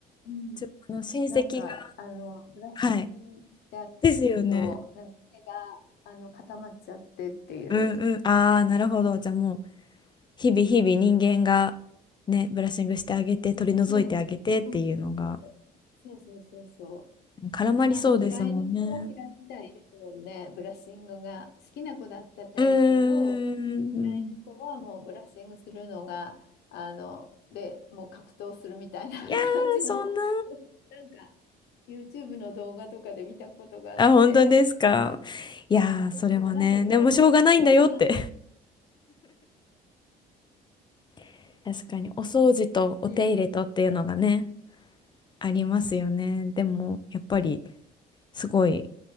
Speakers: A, on the left (about 80°); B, on the left (about 25°).
A: うん。
B: 自分の親戚が。
A: なんか、あの、ブラッシングであったりと、
B: はい。ですよね。
A: なんか毛が、あの、固まっちゃってっていう。
B: うんうん。ああ、なるほど。じゃあもう、日々日々人間がね、ブラッシングしてあげて、取り除いてあげてっていうのが、
A: ね。そうそうそうそう。そうそうそうそ
B: 絡まりそうですもんね。
A: う。で、なんか嫌いな子は嫌いみたいですもんね。ブラッシングが。好きな子だったらいいけど、
B: うーん。
A: 飼い猫はもうブラッシングするのが、あの、で、もう格闘するみたいな
B: いやー、
A: <laughs> 感じの、
B: そんな。
A: なんか YouTube の動画とかで見たことがあって、
B: あ、本当ですか。いやー、それはね、
A: そうそう、なんか長毛の子もいいなと思
B: でもしょうがないんだよって。<laughs> 確かに、お掃除とお手入れとっていうのがね、
A: う <laughs> ん。
B: ありますよね。でも、やっぱり、すごい、